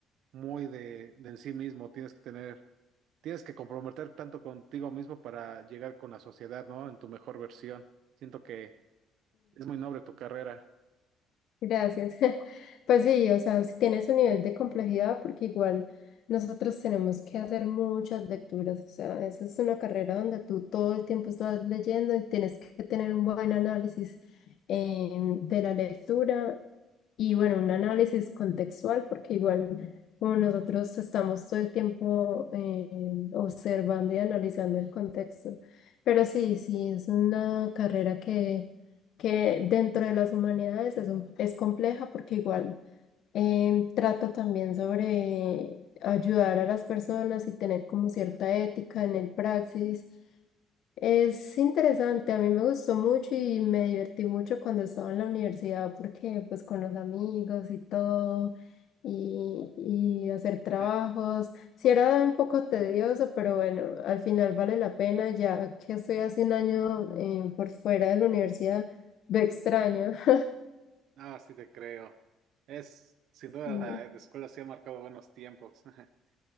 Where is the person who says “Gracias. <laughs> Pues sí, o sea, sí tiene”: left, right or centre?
Left